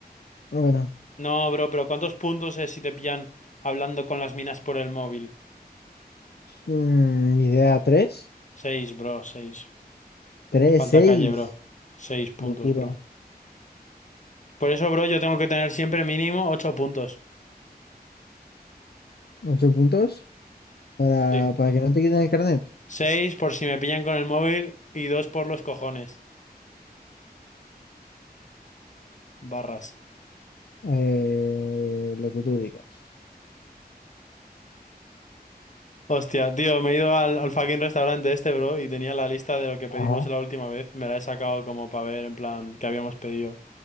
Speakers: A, on the left; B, on the left.
A: Bueno,
B: No, bro, pero ¿cuántos puntos es si te pillan hablando con las minas por el móvil?
A: mm, idea tres
B: Seis, bro, seis.
A: tres
B: Te falta
A: seis
B: calle, bro. Seis
A: Locura.
B: puntos, bro. Por eso, bro, yo tengo que tener siempre mínimo ocho puntos.
A: ¿8 puntos? Para,
B: Sí.
A: para que no te quiten el carnet.
B: Seis por si me pillan con el móvil y dos por los cojones. Barras.
A: Eh, lo que tú digas.
B: Hostia, tío, me he ido al, al fucking restaurante este, bro, y tenía la lista de lo que pedimos
A: Ajá.
B: la última vez. Me la he sacado como para ver, en plan, qué habíamos pedido.